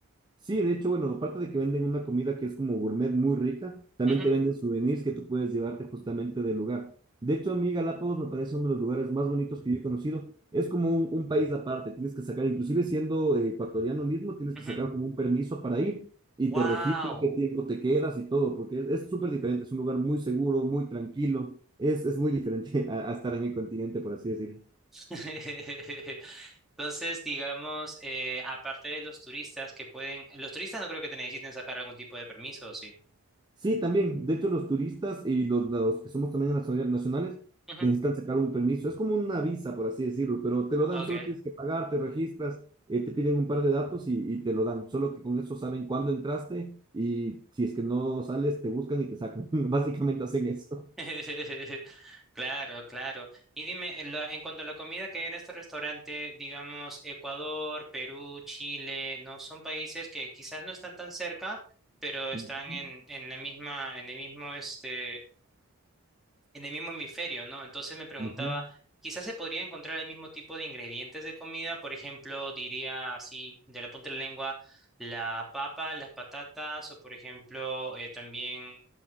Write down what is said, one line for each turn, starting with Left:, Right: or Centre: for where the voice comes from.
Right: Sí, de hecho, bueno, aparte de que venden una comida que es como gourmet muy rica, también
Centre: Ujú,
Right: te venden souvenirs que tú puedes llevarte justamente del lugar. De hecho, a mí Galápagos me parece uno de los lugares más bonitos que yo he conocido. Es como un, un país aparte, tienes que sacar, inclusive siendo eh, ecuatoriano mismo, tienes
Centre: ujú.
Right: que sacar como un permiso para ir y
Centre: Wow.
Right: te registran qué tiempo te quedas y todo, porque es es súper diferente, es un lugar muy seguro, muy tranquilo, es, es muy diferente <laughs> a, a estar en el continente, por así decirlo.
Centre: <laughs> Entonces, digamos, eh, aparte de los turistas que pueden, los turistas no creo que te necesiten sacar algún tipo de permiso, ¿o ¿sí?
Right: Sí, también. De hecho, los turistas y los, los que somos también nacio- nacionales
Centre: Ujú,
Right: necesitan sacar un permiso. Es como una visa, por así decirlo, pero te lo dan,
Centre: Ok.
Right: solo tienes que pagar, te registras, eh, te piden un par de datos y, y te lo dan. Solo que con eso saben cuándo entraste y si es que no sales, te buscan y te sacan. <laughs> Básicamente hacen eso.
Centre: <laughs> Claro, claro. Y dime, en, la- en cuanto a la comida que hay en este restaurante, digamos, Ecuador, Perú, Chile, no son países que quizás no están tan cerca, pero están
Right: Ujú,
Centre: en, en la misma, en el mismo, este. en el mismo hemisferio, ¿no? Entonces me preguntaba,
Right: ujú.
Centre: quizás se podría encontrar el mismo tipo de ingredientes de comida, por ejemplo, diría así, de la punta de la lengua, la papa, las patatas, o por ejemplo, eh, también,